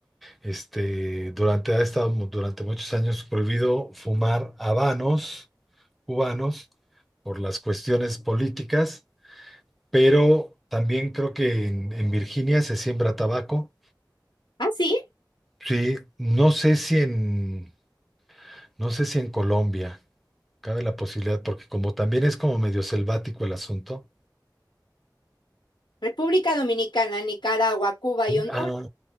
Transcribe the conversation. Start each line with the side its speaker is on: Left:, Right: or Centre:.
Centre: este, durante, ha estado mu- durante muchos años prohibido fumar habanos cubanos por las cuestiones políticas, pero también creo que en, en Virginia se siembra tabaco.
Left: Ah, sí.
Centre: Sí, no sé si en, no sé si en Colombia cabe la posibilidad, porque como también es como medio selvático el asunto.
Left: República Dominicana, Nicaragua, Cuba y Honduras
Centre: Ah,